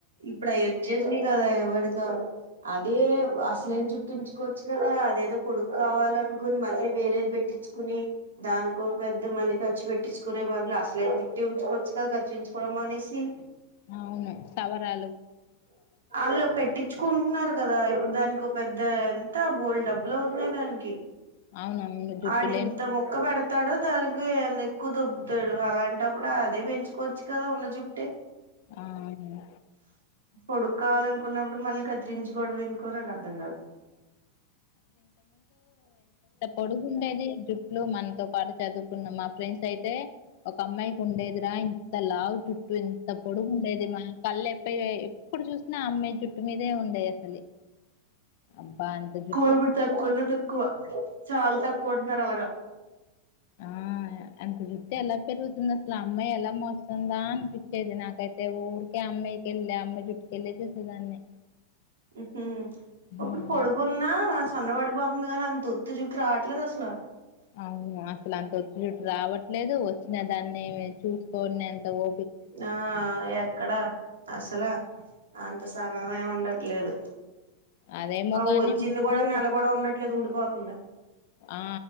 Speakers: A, on the right (about 75°); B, on the left (about 50°).
A: ఇప్పుడు అయి వచ్చేసినవి కదా ఎవడికా అదే అసలైన జుట్టు ఉంచుకోవచ్చు కదా అదేదో పొడుగు కావాలనుకొని మళ్ళీ వేరేది పెట్టిచ్చుకుని దానికోక పెద్ద ఖర్చు పెట్టిచ్చుకునే బదులు అసలైన జుట్టే ఉంచుకోవచ్చు కత్తిరించుకోవడం మానేసి
B: అవును సవరా
A: ఆళ్ళు పెట్టిచ్చుకుంటున్నారు కదా ఇప్పుడు దానికొ పెద్ద ఎంత బోలెడు డబ్బులు అవుతున్నాయి దానికి
B: అవునవును జుట్టు
A: ఆడు
B: లేని
A: ఇంత ముక్క పెడతాడు దానికి గ్గు ఎంత ఎక్కువ దొబ్బతాడు అలాంటప్పుడు అదే పెంచుకోవచ్చు కదా ఉన్న జుట్టే
B: అవును
A: పొడుగు కావాలనుకున్నప్పుడు మళ్ళీ కత్తిరించుకోవడం ఎందుకో నాకు అర్థం కాదు
B: పొడుగు ఉండేది జుట్లు మనతో పాటు చదువుకున్న మా ఫ్రెండ్స్ అయితే ఒక అమ్మాయికి ఉండేదిరా ఇంత లావు జుట్టు ఇంత పొడుగు ఉండేది మా కళ్ళు ఎప్ప ఎప్పుడు చూసినా ఆ అమ్మాయి జుట్టు మీ దే ఉండేది అసలే అబ్బా ఎంత జు
A: కో కూడా తక్కువ లో తక్కువ చాలా తక్కువ ఉంటున్నారు అలాగా
B: ఆ అంత జుట్టు ఎలా పెరుగుతుంది అసలు ఆ అమ్మాయి ఎలా మోస్తుందా అనిపిచ్చేది నాకైతే ఊరికే అమ్మయికెళ్ళి దమెనే చుట్టుకెళ్ళే చూసేదాన్ని
A: మ్మ్ఉహ్మ్
B: హ్మ్.
A: ఇప్పుడు పొడుకున్న సన్నబడి పోతుంది కానీ అంత వొత్తి జుట్టు రావట్లేదు అసలు
B: అవును అసలు అంత వొత్తి జుట్టు రావట్లేదు వచ్చిన దాన్నేమి చూసుకోని అంత ఓ
A: ఆ ఎక్కడా అసలా అంత సమయమే ఉండ లేదు
B: అదేమోగాని
A: అ వచ్చింది
B: ముందు
A: కూడా నెల కూడా ఉండట్లేదు ఊడిపోతుంది
B: ఆ